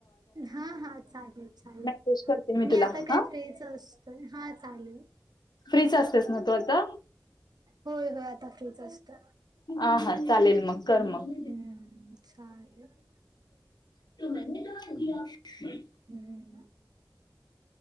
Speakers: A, on the right; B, on the left.
A: हा हा चालेल चालेल,
B: मेसेज करते
A: मी
B: तुला
A: आता काय
B: हा
A: फ्रीच अस. हा चालेल.
B: फ्रीच असतेस ना तू आता?
A: होय होय आता फ्रीच असत.
B: आ हा चालेल मग कर मग.
A: हम्म सय <unintelligible>
B: त म का <unintelligible>
A: हम्म <unintelligible>